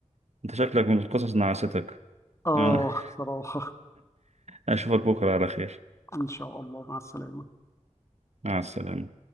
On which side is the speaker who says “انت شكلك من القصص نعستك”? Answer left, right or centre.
Right